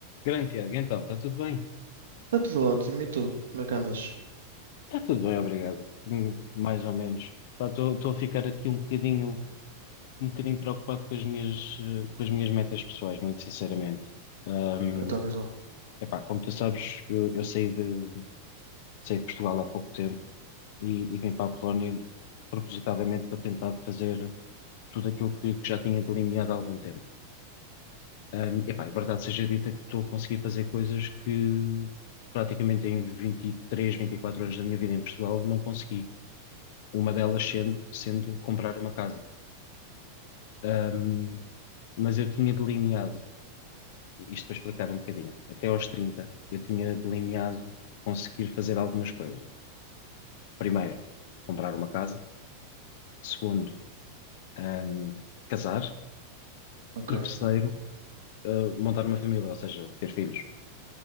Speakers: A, on the left (about 50°); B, on the right (about 65°).
A: Grande Tiago, então, está tudo bem?
B: Está tudo ótimo. E tu? Como é que andas?
A: Está tudo bem, obrigado. Hum, Mais ou menos. Estou a ficar aqui um bocadinho, um bocadinho preocupado com as minhas, eh, com as minhas metas pessoais, muito sinceramente. Hum,
B: Então diz lá.
A: epá, como tu sabes, eu, eu saí de, saí de Portugal há pouco tempo e, e vim para a Polónia propositadamente para tentar fazer tudo aquilo que, que já tinha delineado há algum tempo. Hum, epá, e verdade seja dita que estou a conseguir fazer coisas que praticamente em vinte vinte e três, vinte e quatro anos da minha vida em Portugal não consegui. uma delas sendo, sendo comprar uma casa. Ahm, mas eu tinha delineado, isto para explicar um bocadinho, até aos 30 eu tinha delineado conseguir fazer algumas coisas. Primeiro, comprar uma casa. Segundo, ahm, casar.
B: Ok,
A: E terceiro, ah, montar uma família, ou seja, ter filhos.